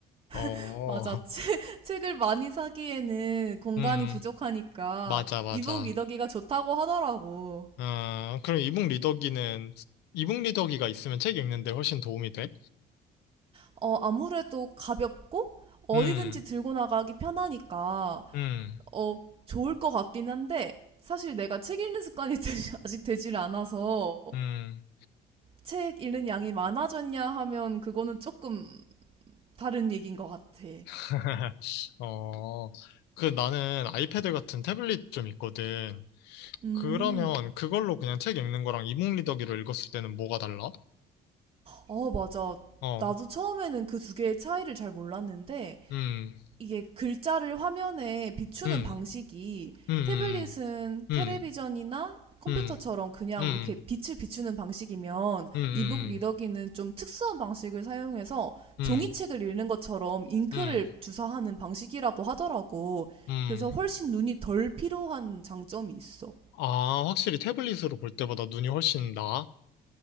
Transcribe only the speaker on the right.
<laughs> 맞아. 책, 책을 많이 사기에는 공간이
부족하니까
이북 리더기가 좋다고 하더라고.
어, 아무래도 가볍고 어디든지
들고 나가기 편하니까
어, 좋을 것 같긴 한데, 사실 내가 책 읽는 습관이 <laughs> 되지- 아직 되질 않아서,
책 읽는 양이 많아졌냐 하면 그거는 조금 다른 얘기인 것 같아.
음,
어, 맞아.
나도 처음에는 그 두 개의 차이를 잘 몰랐는데,
이게 글자를 화면에 비추는
방식이
태블릿은
텔레비전이나 컴퓨터처럼
그냥
이렇게 빛을 비추는 방식이면
이북 리더기는
좀 특수한 방식을 사용해서
종이책을 읽는 것처럼 잉크를
주사하는 방식이라고 하더라고.
그래서 훨씬 눈이 덜 필요한 장점이 있어.